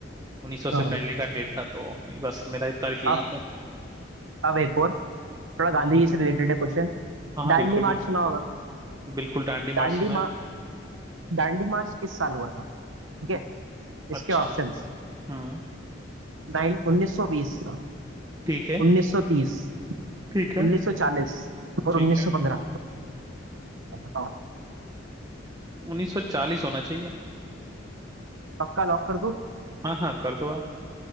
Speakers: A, on the right; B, on the right.
A: 1900 से
B: हाँ।
A: पहले का डेट था तो बस मेरा तर्क यही
B: अब
A: था
B: अब एक और थोड़ा गांधी
A: हम्म,
B: जी से रिलेटेड है क्वेश्चन
A: हाँ हाँ
B: दांडी
A: बिल्कुल बिल्कुल
B: मार्च सुना होगा
A: बिल्कुल डांडी मार्च
B: दांडी
A: सुना है
B: मा
A: मैंने।
B: दांडी मार्च किस साल हुआ था ठीक है इसके
A: अच्छा
B: ऑप्शंस
A: हम्म
B: नाइन उन्नीस सौ बीस
A: ठीक है
B: 1930
A: ठीक है
B: 1940 और
A: ठीक
B: 1915
A: है
B: बताओ
A: उन्नीस सौ चालीस होना चाहिए
B: पक्का लॉक कर दूं
A: हाँ हाँ कर दो आप